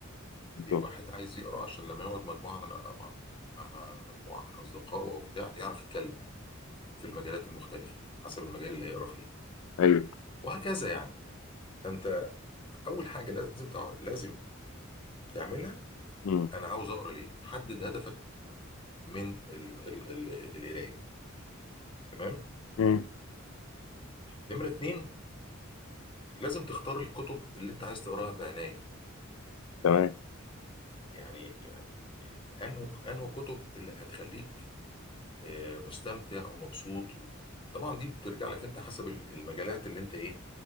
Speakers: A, on the left; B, on the left.
A: بالظبط
B: في واحد عايز يقرا عشان لما يقعد مجموعه من مع مع مجموعه من اصدقائه او بتاع يعرف يتكلم في المجالات المختلفه حسب المجال اللي هيقرا فيه
A: ايوه
B: وهكذا يعني فانت اول حاجه لازم تع... لازم تعملها
A: مم.
B: انا عاوز اقرا ليه حدد هدفك من ال... ال... ال... القرايه تمام
A: مم.
B: نمره اتنين لازم تختار الكتب اللي انت عايز تقراها بعنايه
A: تمام
B: يعني يعني انه انه كتب اللي هتخليك آه، مستمتع ومبسوط طبعا دي بترجع لك انت حسب ال- المجالات اللي انت ايه